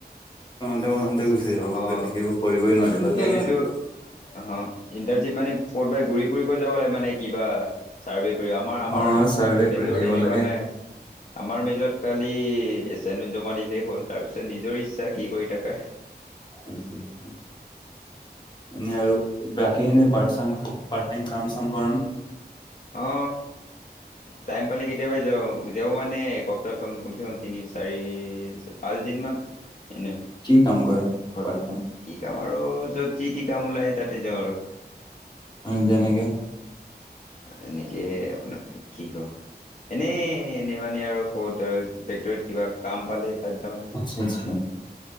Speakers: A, on the left; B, on the left.
A: পঢ়োতে মেলোতে গুচি যাব
B: অ
A: প্ৰেক্টিকেল কৰিবই নোৱাৰিবা
B: ইহঁতিতো অ ইণ্টাৰজি মানে ক'তবাই ঘুৰি ফুৰিব যাব লাগে মানে কিবা চাৰ্ভে কৰিব আমাৰ আমাৰ
A: অ',
B: <unintelligible>
A: চাৰ্ভে
B: মেজৰ
A: কৰি থাকিব
B: এনেকুৱা
A: লাগে।
B: নাই আমাৰ মেজত কালি এচাইনমেন্ট জমা দিলেই হ'ল তাৰ পিছত নিজৰ ইচ্ছা কি কৰি থাকা
A: আতছা <unintelligible> এনে আৰু বাকি খিনি এনে পাৰ্ট টাইম কাম চাম কৰো
B: অ টাইম পালে কেতিয়াবা যাও যও মানে ক কমচে কম তিনি চাৰি পাঁচ দিন মান এনে
A: কি কাম কৰা
B: কৰিব
A: পাৰট
B: কি কাম আৰু যত যি টি কাম ওলায় তাতে যাওঁ আৰু <unintelligible>
A: মানে যেনেকে
B: এনেকে আপোনাৰ কি কম এনে এনে মানে আৰু কত আৰু ফেক্টৰীত কিবা কাম পালে তাত যাও
A: আচ্ছা আচ্ছা